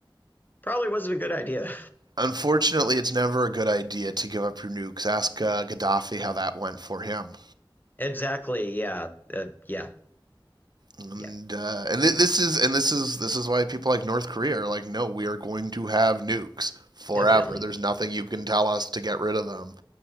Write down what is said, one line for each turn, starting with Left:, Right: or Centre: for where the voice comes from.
Left: probably wasn't a good idea.
Right: Unfortunately, it's never a good idea to give up your nukes. Ask uh, Gaddafi how that went for him.
Left: <laughs> exactly. Yeah. Uh, yeah.
Right: And
Left: Yeah.
Right: uh, and th- this is and this is this is why people like North Korea are like, no, we are going to have nukes forever.
Left: Definitely.
Right: There's nothing you can tell us to get rid of them.